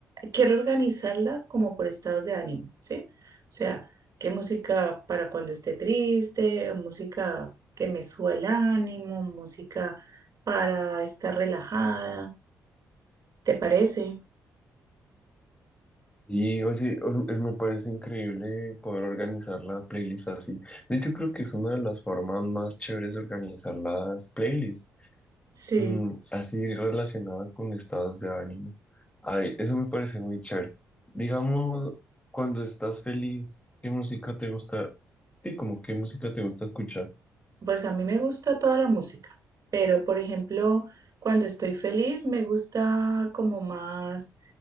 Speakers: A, on the right; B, on the left.
A: quiero organizarla como por estados de ánimo, ¿sí? O sea, qué música para cuando esté triste, música que me suba el ánimo, música para estar relajada, ¿te parece?
B: Y oye, o- eh, me parece increíble poder organizar la playlist así. De hecho, creo que es una de las formas más chéveres de organizar las playlists,
A: Sí,
B: mm, así relacionada con estados de ánimo. Ay, eso me parece muy chévere. Digamos, cuando estás feliz, ¿qué música te gusta? Sí, como qué música te gusta escuchar,
A: pues a mí me gusta toda la música, pero por ejemplo, cuando estoy feliz me gusta como más